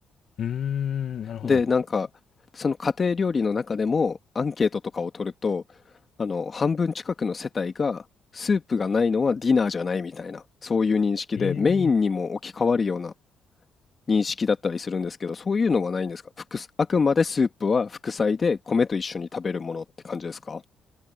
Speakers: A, on the left (about 60°); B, on the left (about 30°).
A: うーん、なるほど。
B: で、なんか、その家庭料理の中でもアンケートとかを取ると、あの、半分近くの世帯が、スープがないのはディナーじゃないみたいな、そういう認識で、
A: ええ、
B: メインにも置き換わるような認識だったりするんですけど、そういうのはないんですか副あくまでスープは副菜で米と一緒に食べるものって感じですか